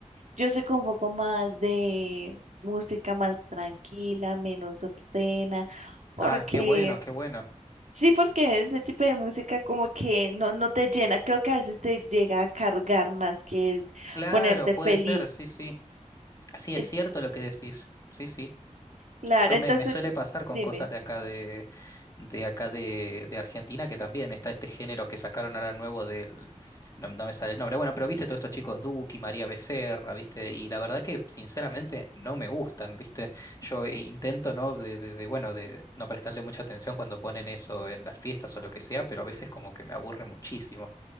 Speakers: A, on the right; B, on the left.
A: Yo soy como un poco más de música más tranquila, menos obscena, porque
B: Ah, qué bueno, qué bueno.
A: sí, porque ese tipo de música como que no, no te llena, creo que a veces te llega a cargar más que
B: Claro,
A: ponerte
B: puede
A: feliz.
B: ser, sí, sí. Sí,
A: Eh,
B: es cierto lo que decís. Sí, sí.
A: Claro,
B: Yo
A: entonces
B: me, me suele pasar con
A: dime,
B: cosas de acá de, de acá de, de Argentina, que también está este género que sacaron ahora nuevo del, no, no me sale el nombre. Bueno, pero viste todos estos chicos Duki, María Becerra, viste, y la verdad que sinceramente no me gustan, viste. Yo intento, ¿no? De, de, de, bueno, de no prestarle mucha atención cuando ponen eso en las fiestas o lo que sea, pero a veces como que me aburre muchísimo,